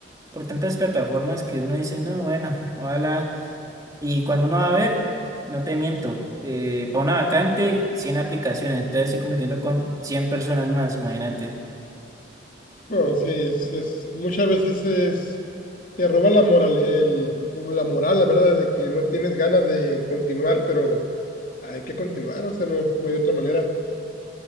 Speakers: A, on the right (about 20°); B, on the left (about 45°).
A: por tantas plataformas que uno dice, no, bueno, ojalá. Y cuando uno va a ver, no te miento, eh, para una vacante, 100 aplicaciones, entonces estoy compitiendo con 100 personas más, imagínate.
B: No, sí, es, es- muchas veces es, te roba la moral, el, la moral, la verdad, de que no tienes ganas de continuar, pero hay que continuar, o sea, no, no hay otra manera.